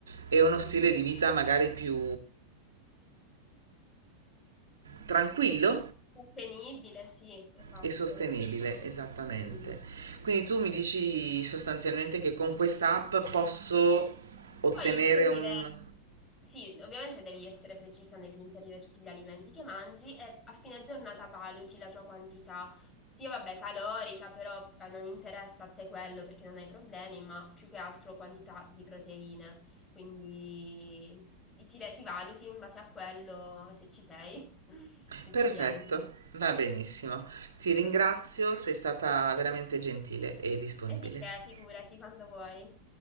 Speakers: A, on the right; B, on the left.
A: e uno
B: Mhm.
A: stile di vita magari più tranquillo
B: Sostenibile, sì, esatto.
A: e sostenibile, esattamente.
B: Mhm.
A: Quindi tu mi dici sostanzialmente che con questa app posso ottenere
B: Poi inserire,
A: un...
B: sì, ovviamente devi essere precisa nell'inserire tutti gli alimenti che mangi e a fine giornata valuti la tua quantità, sia vabbè calorica, però eh, non interessa a te quello perché non hai problemi, ma più che altro quantità di proteine. Quindi ti, ti valuti in base a quello se ci sei, <laughs> se
A: Perfetto,
B: ci rientri.
A: va benissimo. Ti ringrazio, sei stata veramente gentile e disponibile.
B: E di che, figurati, quando vuoi.